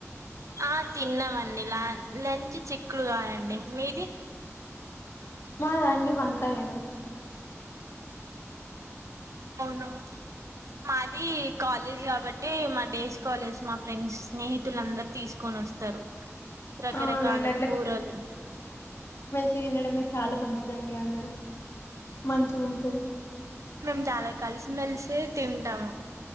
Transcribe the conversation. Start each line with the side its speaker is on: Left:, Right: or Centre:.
Right: ఆహ్ తిన్నామండి లా లంచ్ చిక్కుడుగాయండి మీది.
Left: మాద అండి వంకాయాండి.
Right: ఔనా. మాది కాలేజ్ కాబట్టి మా డేస్ కలర్స్ మా ఫ్రెండ్స్ ని స్నేహితులందర్. తీస్కొనొస్తరు రకరకాల
Left: అవునండి
Right: కూరలు.
Left: తీనడమే చాలా మంచిదండి అందరూ. మంచిగుంటది.
Right: మేం చాలా కలిసిమెలిసే తింటాము.